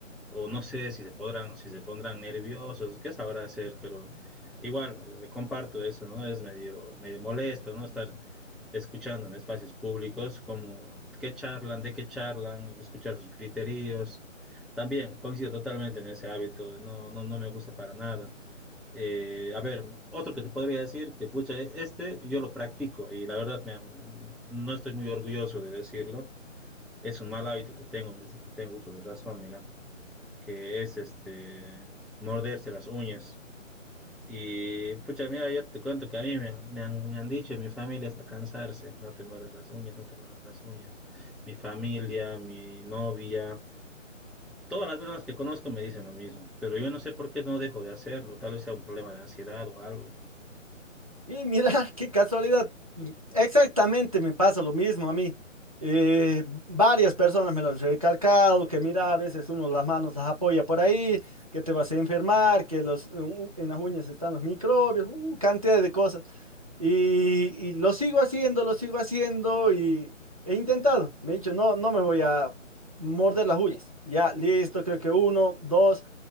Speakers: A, in the centre; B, on the right.
A: o no sé si se podrán, si se pondrán nerviosos, qué sabrá hacer, pero igual, eh, comparto eso, ¿no? Es medio, medio molesto, ¿no? Estar escuchando en espacios públicos, como qué charlan, de qué charlan, escuchar sus criterios. También coincido totalmente en ese hábito, no, no, no me gusta para nada. Eh, a ver, otro que te podría decir que, pucha, este yo lo practico y la verdad me, no estoy muy orgulloso de decirlo. Es un mal hábito que tengo desde que tengo uso de razón, mira, que es este morderse las uñas. Y pucha, mira, yo te cuento que a mí me, me han, me han dicho en mi familia hasta cansarse, no te mueras las uñas, no te mueras las uñas. Mi familia, mi novia, todas las personas que conozco me dicen lo mismo, pero yo no sé por qué no dejo de hacerlo, tal vez sea un problema de ansiedad o algo.
B: Y mira, <laughs> qué casualidad. Exactamente me pasa lo mismo a mí. Eh, varias personas me lo han recalcado, que mira, a veces uno las manos las apoya por ahí, que te vas a enfermar, que los, u- en las uñas están los microbios, uh, cantidad de cosas. Y, y lo sigo haciendo, lo sigo haciendo y he intentado. Me he dicho, no, no me voy a morder las uñas. Ya, listo, creo que uno, dos.